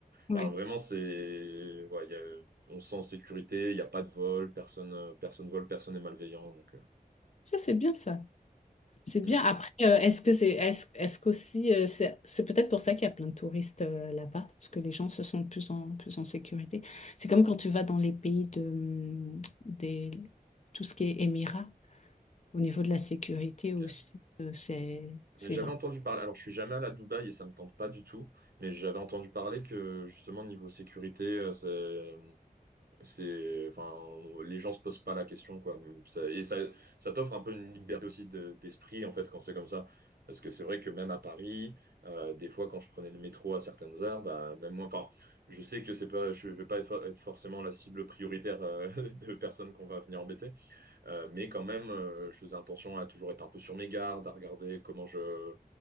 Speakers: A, on the left; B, on the right.
A: ouais.
B: Enfin, vraiment, c'est, ouais, il y a- on se sent en sécurité, il n'y a pas de vol, personne, euh, personne vole, personne n'est malveillant. Donc, euh,
A: Ça, c'est bien ça. C'est
B: hmm,
A: bien. Après, euh, est-ce que c'est, est-ce, est-ce qu'aussi, euh, c'est, c'est peut-être pour ça qu'il y a plein de touristes euh, là-bas, parce que les gens se sentent plus en, plus en sécurité. C'est comme quand tu vas dans les pays de, hum, des, tout ce qui est Émirats, au niveau de la sécurité
B: ok.
A: aussi, euh, c'est, c'est
B: Mais j'avais
A: vrai.
B: entendu parler, alors je suis jamais allé à Dubaï et ça me tente pas du tout, mais j'avais entendu parler que justement niveau sécurité, euh, c'est C'est, enfin, les gens se posent pas la question, quoi. Ça- et ça, ça t'offre un peu une liberté aussi de- d'esprit, en fait, quand c'est comme ça. Parce que c'est vrai que même à Paris, euh, des fois, quand je prenais le métro à certaines heures, bah, même moi, enfin, je sais que c'est pas, je vais pas être être forcément la cible prioritaire, euh, <laughs> de personnes qu'on va venir embêter. Euh, mais quand même, euh, je faisais attention à toujours être un peu sur mes gardes, à regarder comment je,